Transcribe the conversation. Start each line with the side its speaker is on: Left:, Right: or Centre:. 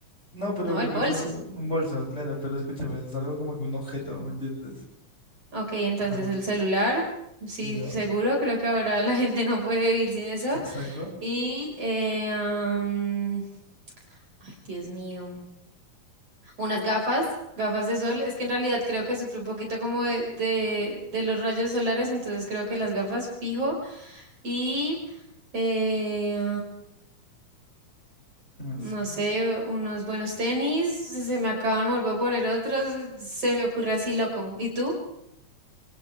Left: No, pero
Right: no,
Left: me
Right: el
Left: refiero
Right: bolso.
Left: a un, un bolso, claro, pero escúchame, es algo como que un objeto, ¿me entiendes?
Right: Ok, entonces
Left: Ajá,
Right: el celular, sí,
Left: yo,
Right: seguro, creo que ahora la <laughs> gente no puede vivir sin eso.
Left: exacto.
Right: Y, eh, am, ay, Dios mío, unas gafas. Gafas de sol, es que en realidad creo que sufre un poquito como de, de, de los rayos solares, entonces creo que las gafas fijo y Eh,
Left: ¿Qué más?
Right: No
Left: ¿Qué más?
Right: sé, unos buenos tenis, se me acaban, me vuelvo a poner otros, se me ocurre así loco. ¿Y tú?